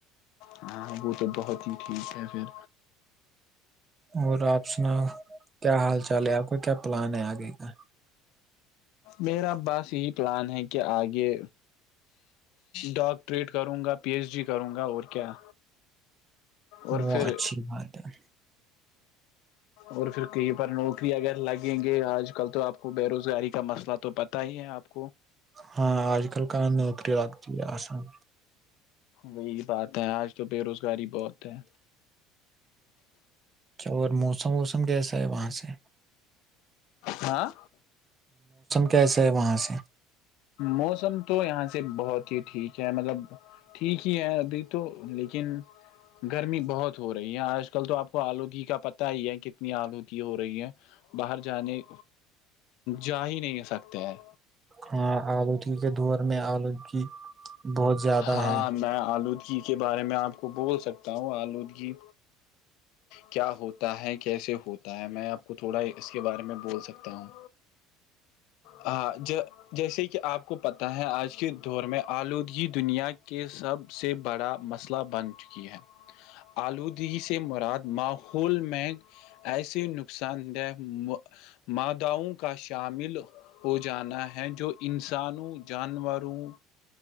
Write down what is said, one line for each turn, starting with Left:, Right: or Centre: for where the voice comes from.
Left: ہاں وہ تو بہت ہی ٹھیک ہے پھر
Right: اور رات سناؤ کیا حال چ چلے آپ کو کیا پلان ہے آگے کا
Left: میرا باس یہی پلان ہے کہ آگے ڈاکٹریٹ کروں گا پی ایچ ڈی کروں گا اور کیا اور
Right: وہ
Left: پھر
Right: اچھی بات ہے
Left: اور پھر کہیں پر نوکری اگر لگیں گے آج کل تو آپ کو بے روزگاری کا مسئلہ تو پتا ہی ہے آپ کو
Right: ہاں آج کل کااں نوکری لگتا آسام
Left: وہی بات ہے آج تو بے روزگاری بہت ہے
Right: اچھا اور موسم ووسم گس ہے وہاں سے
Left: ہاں
Right: کیسے ہے وہاں سے
Left: موسم تو یہاں سے بہت یہ ٹھیک ہے مطلب ٹھیک ہی ہے ابھی تو لیکن گرمی بہت ہو رہی ہے آج کل تو آپ کو آلودی کا پتا ہی ہے کتنی آلودی ہو رہی ہے باہر جانے جا ہی نہیں سکتے ہیں
Right: ہاں اور کے دور میں آلودگی بہت زیادہ
Left: ہاں
Right: ہے
Left: میں آلو جی کے بارے میں آپ کو بول سکتا ہوں آلودگی کیا ہوتا ہے کیسے ہوتا ہے میں آپ کو تھوڑا اس کے بارے میں بول سکتا ہوں ہاں ج جیسے کہ آپ کو پتا ہے آج کے دور میں آلودگی دنیا کے سب سے بڑا مسئلہ بن چکی ہے آلودگی سے مراد ماحول میں ایسے نقصان دہ ماداؤں کا شامل ہو جانا ہے جو انسانوں جانوروں